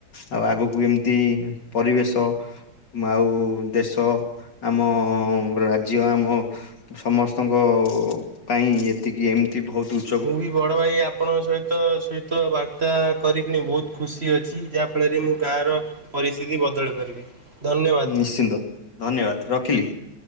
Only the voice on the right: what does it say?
ମୁଁ ବି ବଡ଼ ଭାଇ ଆପଣଙ୍କ ସହି ତ ସହିତ ବାର୍ତ୍ତା କରିକି ବହୁତ ଖୁସି ଅଛି। ଯାହା ଫଳରେ ମୁଁ ଗାଁ ର ପରିସ୍ଥିତି ବଦଳେଇ ପାରିବି। ଧନ୍ୟବାଦ